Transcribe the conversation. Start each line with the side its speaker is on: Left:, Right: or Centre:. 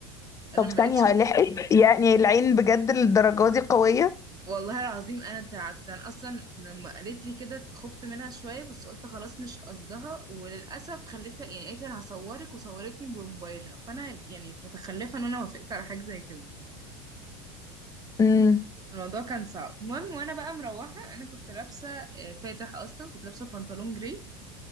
Right: انا
Left: طب
Right: ما
Left: ثانيه
Right: بقتش
Left: لحقت يعني العين بجد للدرجه دي قويه
Right: والله العظيم انا اترعبت انا اصلا لما قالت لي كده خفت منها شويه بس قلت خلاص مش قصدها وللاسف خليتها يعني قالت لي انا هصورك وصورتني بموبايلها فانا يعني متخلفه ان انا وافقت على حاجه زي كده
Left: امم
Right: الموضوع كان صعب المهم وانا بقى مروحه انا كنت لابسه آه، فاتح اصلا كنت لابسه بنطلون جري